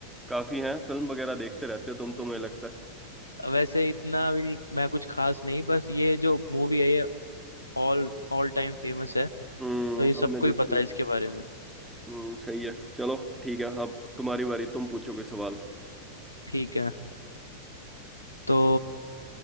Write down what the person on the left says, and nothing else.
वैसे इतना भी नहीं- मैं कुछ खास नहीं बस ये जो मूवी है ये ऑल ऑल टाइम फेमस है
तो ये सबको
ही
पता
है इसके बारे में
ठीक है तो